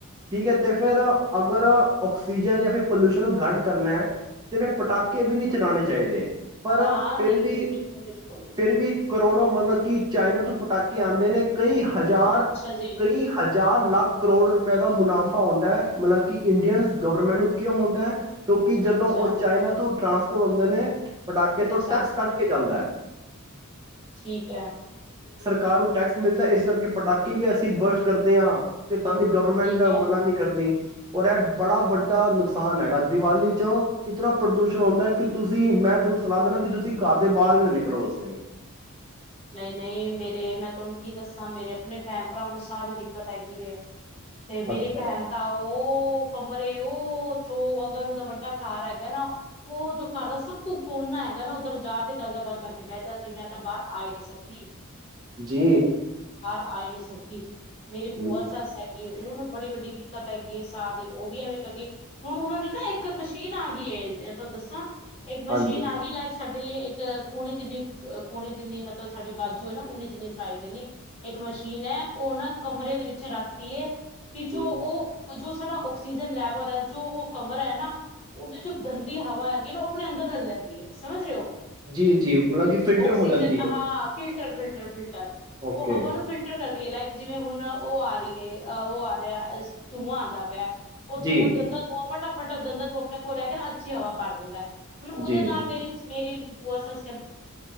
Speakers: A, on the right; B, on the left.
A: ਠੀਕ ਹੈ ਅਤੇ ਫਿਰ ਅਗਰ ਔਕਸੀਜਨ ਜਾਂ ਫਿਰ ਪੋਲਿਊਸ਼ਨ ਨੂੰ ਘੱਟ ਕਰਨਾ ਤਾਂ ਫਿਰ ਪਟਾਕੇ ਵੀ ਨਹੀਂ ਚਲਾਉਣੇ ਚਾਹੀਦੇ। ਪਰ
B: ਹਾਂ
A: ਫਿਰ
B: ਨਹੀਂ
A: ਵੀ
B: ਬਿਲਕੁਲ ਬਿਲਕੁਲ
A: ਫਿਰ ਵੀ ਕਰੋੜੋ ਮਤਲਬ ਕਿ ਚਾਈਨਾ ਤੋਂ ਪਟਾਕੇ ਆਂਦੇ ਨੇ। ਕਈ ਹਜ਼ਾਰ
B: ਅੱਛਾ ਜੀ
A: ਕਈ ਹਜ਼ਾਰ ਲਾਖ ਕਰੋੜ ਰੁਪਏ ਦਾ ਮੁਨਾਫ਼ਾ ਹੋਦਾ ਹੈ, ਮਤਲਬ ਕਿ ਇੰਡੀਅਨ ਗਵਰਮੈਂਟ ਨੂੰ ਕਿਉਂ ਹੁੰਦਾ ਹੈ? ਕਿਉਂਕਿ ਜਦੋਂ
B: ਅੱਛਾ
A: ਔ ਚਾਈਨਾ ਤੋਂ ਟਰਾਂਸਪੋਰਟ ਹੁੰਦੇ ਨੇ ਪਟਾਕੇ
B: ਅੱਛਾ
A: ਤੋਂ ਟੈਕਸ ਕੱਢ ਕੇ ਜਾਂਦੈ।
B: ਠੀਕ ਹੈ।
A: ਕਾਰ ਨੂੰ ਟੈਕਸ ਮਿਲਦਾ ਇਸ ਕਰਕੇ ਪਟਾਕੇ ਵੀ ਅਸੀਂ ਬਰਥ ਕਰਦੇ ਆਂ। ਤੇ ਤਾਂ ਵੀ ਗਵਰਮੈਂਟ,
B: ਠੀਕ
A: ਮਨਾ
B: ਹੈ
A: ਨੀ ਕਰਦੀ। ਔਰ ਐ ਬੜਾ ਵੱਡਾ ਨੁਕਸਾਨ ਹੈਗਾ ਦੀਵਾਲੀ ਚੋਂ ਇਤਨਾ ਪ੍ਰਦੂਸ਼ਣ ਔਂਦੈ ਕਿ ਤੁਸੀਂ ਮੈਂ ਤੈਨੂੰ ਸਲਾ ਦੇਣਾ ਕਿ ਤੁਸੀਂ ਘਰ ਦੇ ਬਾਰ ਹੀ ਨਾ ਨਿਕਲੋ ਉਸ ਦਿਨ।
B: ਨਹੀਂ ਨਹੀਂ ਮੇਰੇ ਮੈਂ ਤੁਹਾਨੂੰ ਕੀ ਦੱਸਾਂ ਮੇਰੇ ਆਪਣੇ ਭੈਣ ਭਰਾਵਾ ਨੂੰ ਸਾ ਦੀ ਦਿੱਕਤ ਹੈਗੀ ਹੈ। ਤੇ ਮੇਰੀ
A: ਅੱਛਾ
B: ਭੈਣ ਤਾਂ ਔ ਕਮਰੇ ਔ ਜੋ ਅਗਰ ਉਦਾ ਵੱਡਾ ਘਰ ਹੈਗਾ ਨਾ ਔ ਜੋ ਘਰ ਦਾ ਸਭ ਤੋਂ ਕੋਨਾ ਹੈਗਾ ਨਾ ਉੱਧਰ ਜਾ ਕੇ ਦਵਾਜ਼ਾ ਬੰਦ ਕਰਕੇ ਬੈ ਜਾਂਦੀ। ਮੈਂ ਤਾਂ ਬਾਰ ਆ ਈ ਨੀ ਸਕਦੀ।
A: ਜੀ।
B: ਆਈ ਨੀ ਸਕਦੀ। ਮੇਰੀ ਬੂਆ
A: ਹਮ
B: ਸੱਸ ਹੈਗੀ ਉਨੂ ਬੜੀ ਵੱਡੀ ਦਿੱਕਤ ਹੈਗੀ ਏ ਸਾ ਦੀ ਔ ਵੀ ਐਵੇਂ ਕਰਦੀ ਏ ਹੁਣ ਉਨਾਂ ਨੂੰ ਨਾ ਇੱਕ ਮਸ਼ੀਨ ਆ ਗੀ ਏ, ਜੈ ਤਾਨੂੰ ਦੱਸਾਂ ਏਕ ਮਸ਼ੀਨ
A: ਹਾਂਜੀ
B: ਆ ਗੀ ਲੈ ਸਾਡੇ ਇੱਕ ਕੂਣੀ ਜਿੰਨੀ ਬ ਕੂਣੀ ਜਿੰਨੀ ਮਤਲਬ ਸਾਡੀ ਬਾਜੂ ਏ ਨਾ ਉਨੀ ਜਿੰਨੀ ਸਾਈਜ਼ ਜਿਨੀ ਇੱਕ ਮਸ਼ੀਨ ਐ, ਔ ਨਾ ਕਮਰੇ ਦੇ ਵਿੱਚ ਰਖ ਤੀਏ। ਕਿ ਜੋ
A: ਹੂੰ
B: ਔ ਹ ਜੋ ਸਾਡਾ ਆਕਸੀਜਨ ਲੈਵਲ ਐ ਜੋ ਕਮਰ ਹੈ ਨਾ, ਔਦੀ ਜੋ ਗੰਦੀ ਹਵਾ ਹੈਗੀ ਏ ਨਾ ਔ ਅਪਣੇ ਅੰਦਰ ਲੇ ਲੈਂਦੀ ਏ। ਸਮਝ ਰੇ ਔ।
A: ਜੀ ਜੀ ਮਲਬ ਕਿ ਫਿਲਟਰ
B: ਔਕਸੀਜਨ
A: ਹੋ ਜਾਂਦੀ
B: ਅ
A: ਹੈ
B: ਹਾਂ
A: ਉਹ
B: ਫਿਲਟਰ ਫਿਲਟਰ‌। ਟਰਫੀਲ ਟਰ
A: ਓਕੇ
B: ਔ ਹਵਾ ਨੂੰ ਫਿਲਟਰ ਕਰ ਦੇ ਲੈਕ ਜਿਵੇਂ ਹੁਣ ਔ ਆ ਰੀ ਏ ਅ ਔ ਆ ਰਿਐ ਅਸ ਤੂੰਆਂ ਆਂਦਾ ਪਿਆ। ਔ
A: ਜੀ
B: ਤੂੰਆਂ ਦੰਦਾ ਤੂੰਆਂ ਫਟਾ ਫਟਾ ਗੰਦਾ ਤੂੰਆਂ ਅਪਣੇ ਕੋਲ ਲੈ ਕੇ ਨਾ ਅੱਛੀ ਹਵਾ ਭਰ ਦਿੰਦਾ ਹੈ। ਹੁਣ ਉਦੇ
A: ਜੀ
B: ਨਾਲ ਮੇਰੀ ਸ ਮੇਰੀ ਪੁਆ ਸੱਚ ਕ-